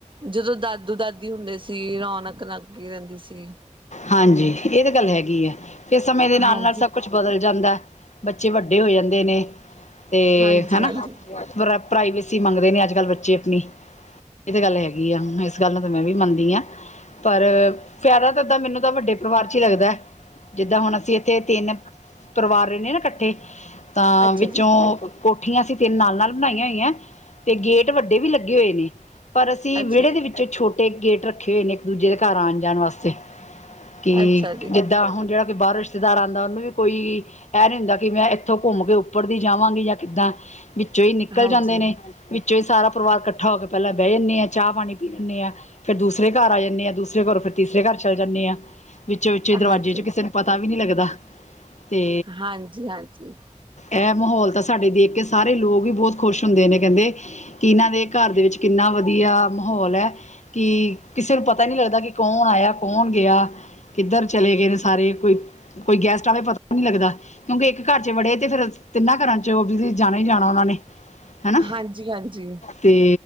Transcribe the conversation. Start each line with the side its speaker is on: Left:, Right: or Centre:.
Right: ਜਦੋਂ ਦਾਦੂ ਦਾਦੀ ਹੁੰਦੇ ਸੀ ਰੌਣਕ ਲੱਗੀ ਰਹਿੰਦੀ ਸੀ
Left: ਹਾਂਜੀ ਇਹ ਗੱਲ ਹੈਗੀ ਹੈ ਫਿਰ ਸਮੇਂ ਦੇ ਨਾਲ
Right: ਹਾਂਜੀ
Left: ਨਾਲ ਸਭ ਕੁੱਛ ਬਦਲ ਜਾਂਦਾ ਬੱਚੇ ਵੱਡੇ ਹੋ ਜਾਂਦੇ ਨੇ। ਤੇ
Right: ਹਾਂਜੀ
Left: ਹਨਾ
Right: ਹਾਂਜੀ
Left: ਪ੍ਰਾਈਵੇਸੀ ਮੰਗਦੇ ਨੇ ਅੱਜ ਕੱਲ ਬੱਚੇ ਆਪਣੀ। ਇਹ ਤਾਂ ਗੱਲ ਹੈਗੀ ਆ ਇਸ ਗੱਲ ਨੂੰ ਤਾਂ ਮੈਂ ਵੀ ਮੰਨਦੀ ਹਾਂ। ਪਰ <unintelligible> ਤਾਂ ਇੱਦਾਂ ਮੈਨੂੰ ਤਾਂ ਵੱਡੇ ਪਰਿਵਾਰ ਚ ਹੀ ਲੱਗਦਾ ਜਿੱਦਾਂ ਹੁਣ ਅਸੀਂ ਇੱਥੇ ਤਿੰਨ ਪਰਿਵਾਰ ਰਹਿੰਦੇ ਹ ਨਾ ਇਕੱਠੇ। ਤਾਂ
Right: ਅੱਛਾ
Left: ਵਿੱਚੋਂ
Right: ਜੀ
Left: ਕੋਠੀਆਂ ਸੀ ਤਿੰਨ ਨਾਲ ਨਾਲ ਬਣਾਈਆਂ ਹੋਈਆਂ ਤੇ ਗੇਟ। ਵੱਡੇ ਵੀ ਲੱਗੇ ਹੋਏ ਨੇ ਪਰ ਅਸੀਂ
Right: ਅੱਛਾ
Left: ਵਿਹੜੇ
Right: ਜੀ
Left: ਦੇ ਵਿੱਚ ਛੋਟੇ ਗੇਟ ਰੱਖੇ ਹੋਏ ਨੇ। ਦੂਜੇ ਦੇ ਘਰ ਆਉਣ ਜਾਣ ਵਾਸਤੇ ਕਿ
Right: ਅੱਛਾ ਜੀ
Left: ਜਿੱਦਾਂ ਹੁਣ ਜਿਹੜਾ ਕਿ ਬਾਹਰ ਦਾਰ ਆਉਂਦਾ ਉਹਨੂੰ ਵੀ ਕੋਈ ਇਹ ਨੀ ਹੁੰਦਾ ਕਿ ਮੈਂ ਇੱਥੋਂ ਘੁੰਮ ਕੇ ਉੱਪਰ ਦੀ ਜਾਵਾਂਗੀ ਜਾਂ ਕਿੱਦਾਂ। ਵਿੱਚੋਂ ਹੀ ਨਿਕਲ
Right: ਹਾਂਜੀ
Left: ਜਾਂਦੇ ਨੇ ਵਿੱਚੋਂ ਹੀ ਸਾਰਾ ਪਰਿਵਾਰ ਇਕੱਠਾ ਹੋ ਕੇ ਪਹਿਲੇ ਬਹਿ ਜਾਂਦੇ ਹਾਂ ਚਾਹ ਪਾ ਪ ਲੈਂ ਹ ਫਿਰ ਦੂਸਰੇ ਘਰ ਆ ਜਾਂ ਹਾਂ ਦੂਸਰੇ ਘਰ ਫਿਰ ਤੀਸਰੇ ਘਰ ਚੱਲ ਜਾਂਦੇ ਹਾਂ ਵਿੱਚੋਂ ਵਿਚੇ
Right: ਅੱਛਾ
Left: ਦਰਵਾਜ਼ੇ ਚ
Right: ਜੀ
Left: ਕਿਸੇ ਨੂੰ ਪਤਾ ਵੀ ਨੀ ਲੱਗਦਾ। ਤੇ
Right: ਹਾਂਜੀ ਹਾਂਜੀ
Left: ਇਹ ਮਾਹੌਲ ਤਾਂ ਸਾਡੇ ਦੇਖ ਕੇ ਸਾਰੇ ਲੋਕ ਹੀ ਬਹੁਤ ਖੁਸ਼ ਹੁੰਦੇ ਨੇ ਕਹਿੰਦੇ ਕਿ ਇਹਨਾਂ ਦੇ ਘਰ ਦੇ ਵਿੱਚ ਕਿੰਨਾ ਵਧੀਆ ਮਾਹੌਲ ਹੈ ਕਿ ਕਿਸੇ ਨੂੰ ਪਤਾ ਹੀ ਨਹੀਂ ਲੱਗਦਾ ਕਿ ਕੌਣ ਆਇਆ ਕੌਣ ਗਿਆ। ਕਿੱਧਰ ਚਲੇ ਗਏ ਨੇ ਸਾਰੇ ਕੋਈ ਕੋਈ ਗੈਸਟ ਵਾਲੇ ਪਤਾ ਨਹੀਂ ਲੱਗਦਾ ਕਿਉਂਕਿ ਇੱਕ ਘਰ ਚ ਬੜੇ ਤੇ ਫਿਰ ਤਿੰਨਾਂ ਘਰਾਂ ਚ ਉਹ ਵੀ ਜਾਣਾ ਹੀ ਜਾਣਾ ਉਹਨਾਂ ਨੇ ਹਨਾ
Right: ਹਾਂਜੀ ਹਾਂਜੀ
Left: ਤੇ